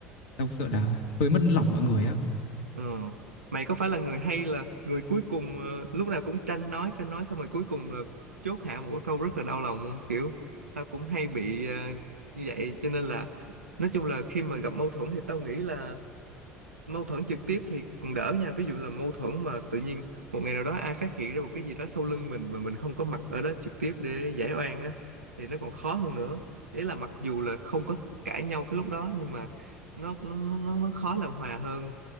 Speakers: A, on the left; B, on the right.
A: tao sợ là hơi mất lòng mọi người á
B: Ờ. Mày có phải là người hay là người cuối cùng ờ, lúc nào cũng tranh nói tranh nói xong rồi cuối cùng là chốt hạ một cái câu rất là đau lòng không? Kiểu tao cũng hay bị ờ, như vậy cho nên là nói chung là khi mà gặp mâu thuẫn thì tao nghĩ là mâu thuẫn trực tiếp thì còn đỡ nha. Ví dụ là mâu thuẫn mà tự nhiên một ngày nào đó ai phát hiện ra một cái gì đó sau lưng mình mà mình không có mặt ở đó trực tiếp để giải oan á thì nó còn khó hơn nữa. Ý là mặc dù là không có cãi nhau cái lúc đó nhưng mà nó nó nó nó nó khó làm hòa hơn